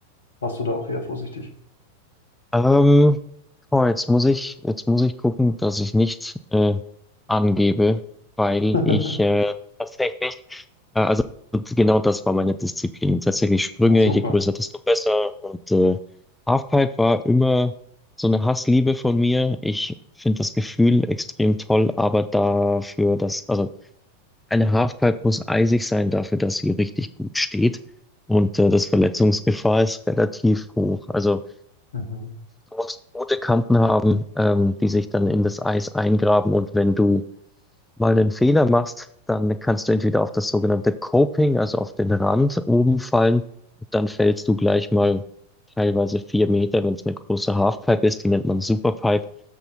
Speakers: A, on the left; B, in the centre.
A: warst du da auch eher vorsichtig?
B: Ähm, boah, jetzt muss ich, jetzt muss ich gucken, dass ich nicht äh, angebe, weil
A: <laughs>
B: ich äh, tatsächlich, äh, also genau das war meine Disziplin. Tatsächlich Sprünge,
A: Ja, super.
B: je größer, desto besser. Und äh, Halfpipe war immer so eine Hassliebe von mir. Ich finde das Gefühl extrem toll, aber dafür, dass, also eine Halfpipe muss eisig sein dafür, dass sie richtig gut steht. Und äh, das Verletzungsgefahr ist relativ hoch. Also
A: Mhm.
B: Du musst gute Kanten haben, ähm, die sich dann in das Eis eingraben. Und wenn du mal einen Fehler machst, dann kannst du entweder auf das sogenannte Coping, also auf den Rand oben fallen und dann fällst du gleich mal teilweise vier Meter, wenn es eine große Halfpipe ist, die nennt man Superpipe,